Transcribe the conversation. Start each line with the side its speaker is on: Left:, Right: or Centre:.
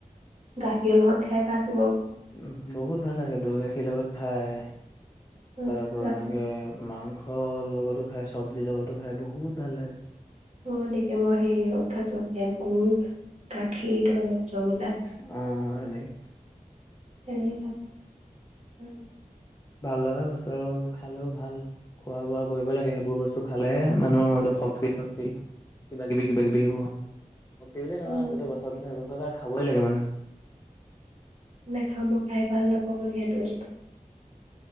Right: গাখীৰৰ লগত খাই পাইছোঁ বাৰু।
Left: উম, বহুত ভাল লাগে দৈ গাখীৰ লগত খায়।
Right: উম
Left: তাৰ পৰা
Right: গাখীৰ
Left: এনেকে মাংসৰ লগতো খাই, চবজিৰ লগতো খাই বহুত ভাল লাগে।
Right: অ', এনেকে মই হেৰি লগত খাইছোঁ কেং গুৰ গাখীৰ তাৰপা ৰসগোলা
Left: উম, এনেকে।
Right: তেনেকে খাইছোঁ, উম।
Left: ভাল লগা বস্তু আৰু খালেও ভাল। খোৱা বোৱা কৰিব লাগে সেইবোৰ বস্তু খালেহে মানুহৰ শক্তি, শক্তি কিবাকিবি, কিবাকিবি হ'ব, সেই বুলি নহয়
Right: উম
Left: আৰু গোটেই বছৰটোতে <unintelligible> খাবই লাগে মানুহে।
Right: নাখাব, খাই ভাল নাপাব সেইটো বস্তু।